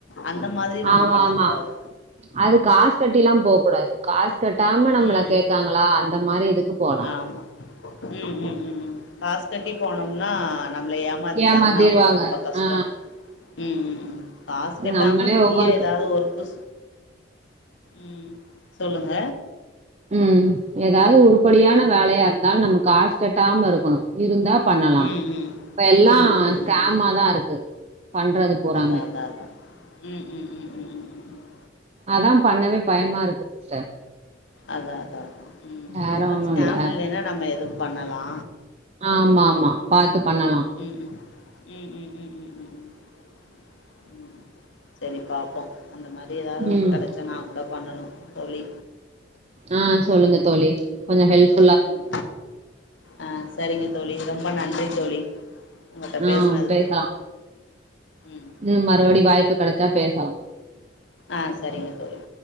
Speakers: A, on the left (about 75°); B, on the right (about 35°).
A: அந்த மாதிரி நம்ம
B: ஆமா
A: பண்ண
B: ஆமா
A: கூடாது
B: அது காஸ் கட்டில்லா போகூடாது காசு கட்டாம
A: ம்
B: நம்மள
A: ம் ம்
B: கேக்காங்களா அந்த மாரி இதுக்கு போலா
A: ஆமா ம் ம் ம் ம் காசு கட்டி போனம்னா நம்ள ஏ மாத்திட்டாங்கன்னா
B: ஏமாத்திருவாங்க
A: அப்றோ ரொம்ப கஷ்டொ
B: ஆ
A: ம் ம் ம் காஸ் கட்டாம
B: நம்மளே
A: ஃப்ரீயா
B: ஒவ்வொரு
A: எதாவ்து ஒர்க்கு ம் சொல்லுங்க
B: ம் ஏதாவ்து உறுப்படியான
A: ம்
B: வேலையாருந்தாலு நம்மகாசு கட்டாமருக்கனு இருந்தா பண்ணலா
A: ம் ம்
B: இப்ப எல்லா
A: ம் ம்
B: ஸ்கேமாதாருக்கு
A: ம் ம்
B: பண்றது பூராமே
A: அதா அதா அதா ம் ம் ம் ம் ம்ம்ம்
B: அதா பண்ணவே பயமாருக்கு சிஸ்டர்
A: அதா அதா அதா ம்
B: வேற
A: அந்த மாரி
B: ஒண்ணும்
A: ஸ்கேம்
B: இல்ல
A: இல்லைன்னா நம்ம எதுவு பண்ணலா
B: ஆமா ஆமா பாத்து பண்ணலா
A: ம் ம் ம் ம் ம் ம் ம் ம் ம் செரி பாப்போ அந்த மாதிரி எதாவது
B: ம்
A: கெடச்சா நா கூட பண்ணனு தோழி
B: ஆ சொல்லுங்க தோழி கொஞ்சோ ஹெல்ப்
A: ம் ஆ செரிங்க தோழி ரொம்ப நன்றி தோழி உங்கள்ட்ட
B: ஆ
A: பேஸ்னதுக்கு
B: பேசலாம்
A: ம்
B: ம் மறுபடி வாய்ப்பு கெடச்சா பேசலா
A: ஆ செரிங்க தோழி